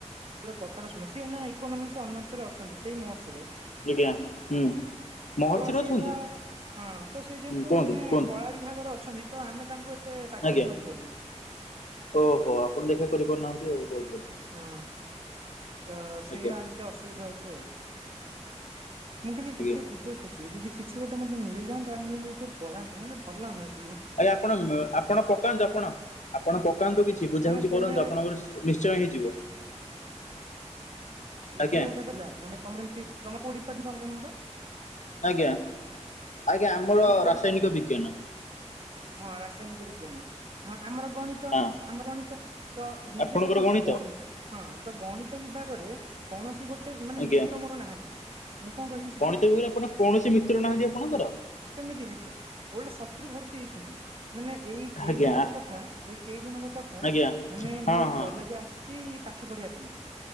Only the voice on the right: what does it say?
ପୁରା କଥାଟା ଶୁଣ ସିଏ ନା ଇକୋନୋମିକ୍ସ ଅନର୍ସରେ ଅଛନ୍ତି ସେଇ ମହର୍ଷରେ
ତ ସିଏ
ତା ହଁ ତ ସେି ଯେହେତୁ
ମାନେ
କଳା ବିଭାଗରେ ଅଛନ୍ତି ତ ଆମେ ତାଙ୍କୁ ତେ ସାକ୍ଷାତ
କରିପାରୁନେ।
ହଁ ତ ସେୟା
ଏମିତି ଅସୁବିଧା ହଉଚି ଆଉ। ମୁଁ କହିଲି ଟିକେ
ସୁଯୋଗ ଖୋଜୁଚି ଯଦି କିଛି ଗୋଟେ ମତେ ମିଳିଯାନ୍ତା ମୁଁ ବି ଏଇଠୁ ପଳାନ୍ତି ମତେ ଭଲାଗୁନାହା।
ମାନେ ତେମେ
ନିଜେ
ଗୋଟେ ଦେଲେ ମାନେ ତମେ ପି ତମେ କୋଉ ଡିପାର୍ଟମେଣ୍ଟ ଆପଣଙ୍କର?
ଆପଣ କୋଉ
ଡିପା
ହଁ ରାସାୟନିକ ବିଜ୍ଞାନ ହଁ ଆମର ଗଣିତ
ଆମର ଗଣିତ। ତ
ନିଜେ ଦେଖନ୍ତୁ
ଗଣ ହଁ ତ ଗଣିତ ବିଭାଗରେ କୌଣସି ଗୋଟେ ଗୋଟେ ମାନେ
ମିତ୍ର ମୋର ନାହାନ୍ତି ମୁଁ କଣ କହିବି ସେଠି।
କେମିତି ହେବେ ଓଲଟା ଶତ୍ରୁ ଭର୍ତି ହେଇଚନ୍ତି। ମାନେ ଏଇ କେଇ
ଦିନର କଥା ଏଇ କେଇ ଦିନର କଥା
ମାନେ
ମୁଁ
କଲେଜ ଆସିଚି ପାଠ ପଢିବା ପାଇଁ